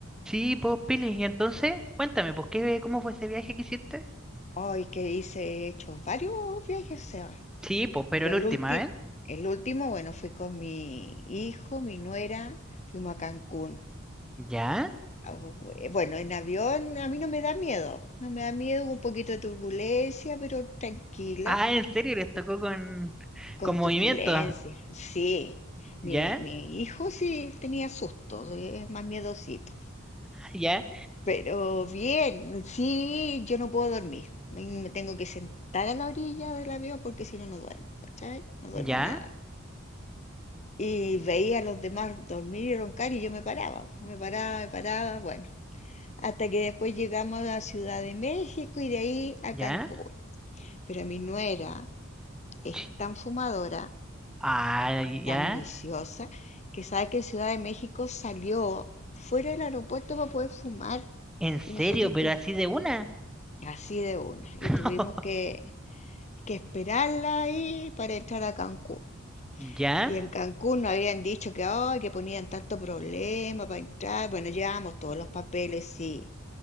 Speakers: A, in the centre; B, on the left.
A: Sí, pues, Pili, y entonces, cuéntame, pues, ¿qué, cómo fue ese viaje que hiciste?
B: Hoy que hice, he hecho varios viajes, Seba.
A: Sí, pues, pero
B: Mira,
A: la
B: el
A: última
B: último,
A: vez.
B: el último, bueno, fui con mi hijo, mi nuera, fuimos a Cancún.
A: ¿Ya?
B: Au- eh, Bueno, en avión a mí no me da miedo, no me da miedo, hubo un poquito de turbulencia, pero tranquila,
A: Ah, ¿en serio? ¿Les tocó con,
B: con
A: con movimiento?
B: turbulencia, sí.
A: ¿Ya?
B: Mi, mi hijo sí tenía susto, es más miedosito.
A: ¿Ya?
B: Pero bien, sí, yo no puedo dormir. Me me tengo que sentar a la orilla del avión porque si no, no duermo, ¿cachai? No duermo
A: ¿Ya?
B: nada. Y veía a los demás dormir y roncar y yo me paraba, pues, me paraba, me paraba, bueno. Hasta que después llegamos a Ciudad de México y de ahí a
A: ¿Ya?
B: Cancún. Pero mi nuera es
A: Chi-
B: tan fumadora,
A: Ah, ¿ya?
B: tan viciosa, que sabe que en Ciudad de México salió fuera del aeropuerto para poder fumar.
A: ¿En serio?
B: Y nosotros
A: ¿Pero
B: tu-
A: así de una?
B: Así de una. Y
A: <laughs>
B: tuvimos que, que esperarla ahí para entrar a Cancún.
A: ¿Ya?
B: Y en Cancún nos habían dicho que, ay, que ponían tanto problema para entrar. Bueno, llevábamos todos los papeles, sí.